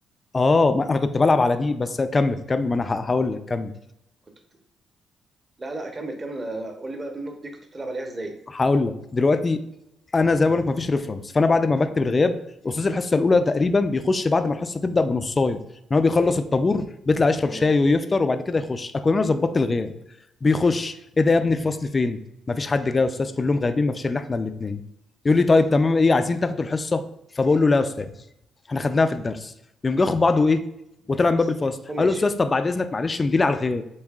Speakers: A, on the left; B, on the right.
A: اه ما انا كنت بلعب على دي بس كمل كمل ما انا هقول لك كمل
B: كنت بت... لا لا كمل كمل آه، قول لي بقى النوت دي كنت بتلعب عليها ازاي
A: هقول لك دلوقتي انا زي ما بقول لك مفيش ريفرنس فانا بعد ما بكتب الغياب استاذ الحصه الاولى تقريبا بيخش بعد ما الحصه تبدا بنصايه ان هو بيخلص الطابور بيطلع يشرب
B: تمام
A: شاي ويفطر وبعد كده يخش اكون انا ظبطت الغياب بيخش ايه ده يا ابني الفصل فين مفيش حد جاي يا استاذ كلهم غايبين مفيش الا احنا الاثنين يقول لي طيب تمام ايه عايزين تاخدوا الحصه فبقول له لا يا استاذ احنا خدناها في الدرس يقوم جاي ياخد بعضه ايه وطلع من
B: بس
A: باب الفصل
B: وماشي
A: قال له استاذ طب بعد اذنك معلش مديلي على الغياب